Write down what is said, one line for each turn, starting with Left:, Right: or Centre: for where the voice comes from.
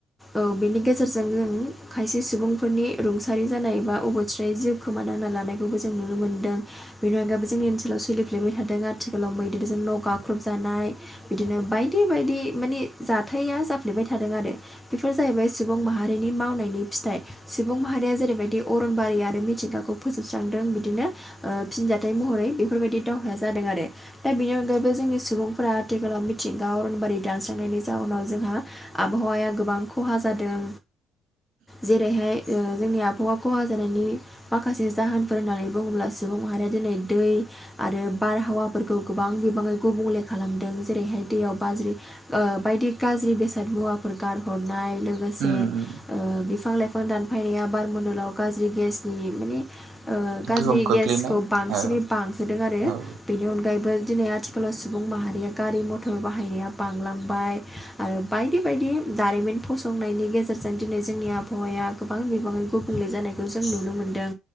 Centre: औ बेनि गेजेरजों जों खायसे सुबुंफोरनि रुंसारि जानाय एबा अबथिरायै जिउ खोमानांना लानायखौबो जों नुनो मोनदों। बेनि अनगायबो जोंनि ओनसोलाव सोलिफ्लेबाय थादों आथिखालाव मैदेरजों न' गाख्रुबजानाय। बिदिनो बायदि बायदि माने जाथाया जाफ्लेबाय थादों आरो। बेफोर जाहैबाय सुबुं माहारिनि मावनायनि फिथाइ। सुबुं माहारिया जेरैबायदि अरनबारि आरो मिथिंगाखौ फोजोबस्रांदों बिदिनो ओ फिनजाथाइ महरै बेफोरबायदि दावहाया जादों आरो। दा बेनि अनगायैबो जोंनि सुबुंफोरा आथिखालाव मिथिंगा अरनबारि दानस्रांनायनि जाउनाव जोंहा आबहावाया गोबां खहा जादों जेरैहाय ओ जोंनि आबहावा खहा जानायनि माखासे जाहोनफोर होननानै बुङोब्ला सुबुं माहारिया दिनै दै आरो बारहावाफोरखौ गोबां बिबाङै गुबुंले खालामदों जेरैहाय दैयाव बाज्रि ओ बायदि गाज्रि बेसाद मुवाफोर गारहरनाय लोगोसे
Right: उम उम
Centre: ओ बिफां लाइफां दानफायनाया बारमण्डलाव गाज्रि गेसनि माने ओ गाज्रि
Right: गोहोम खोख्लैनाय
Centre: गेसखौ बांसिनै
Right: औ
Centre: बांहोदों आरो
Right: औ
Centre: बेनि अनगायैबो दिनै आथिखालाव सुबुं माहारिया गारि मथर बाहायनाया बांलांबाय। आरो बायदि बायदि दारिमिन फसंनायनि गेजेरजों दिनै जोंनि आबहावाया गोबां बिबाङै गुबुंले जानाय खौ जों नुनो मोनदों